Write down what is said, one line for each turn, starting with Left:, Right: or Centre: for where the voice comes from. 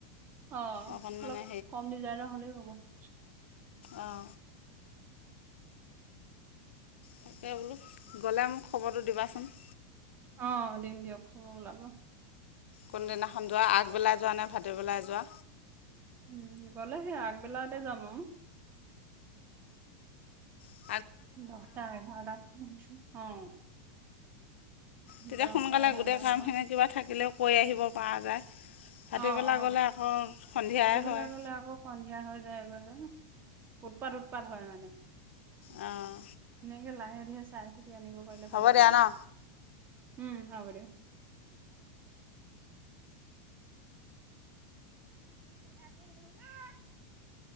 Right: অ অলপ
Left: অকণ মানে
Right: কম ডিজাইনৰ হলেও হ'ব মানে
Left: অ তাকে বোলো গ'লে মোক খবৰটো দিবাচোন
Right: অ দিম দিয়ক খবৰ ওলাব
Left: কোনোদিনাখন যোৱা আগবেলাই যোৱা নে ভাটবেলাই যোৱা
Right: উম গ'লেহেই আগবেলাতে যাম অ
Left: অ
Right: দহটা এঘৰটা অ
Left: তেতিয়া
Right: দহটা
Left: সোনকালে
Right: এঘাৰটা
Left: গোটেই কামখেনি
Right: মানত
Left: কিবা থাকিলেও কৰি আহিব পৰা যায়। ভাটিবেলা
Right: অ অ
Left: গ'লে আকৌ সন্ধিয়াই
Right: ভাটবেলা
Left: হয়
Right: গলে আকৌ সন্ধিয়া হৈ যায় গৈ যে উৎপাত উৎপাত হয় মানে
Left: অঁ
Right: সেনেকে লাহে লাহে চাই চি আনিব পাৰিলে
Left: হ'ব
Right: ভাল লাগে
Left: দিয়া ন
Right: উম হব দিওঁক <unintelligible>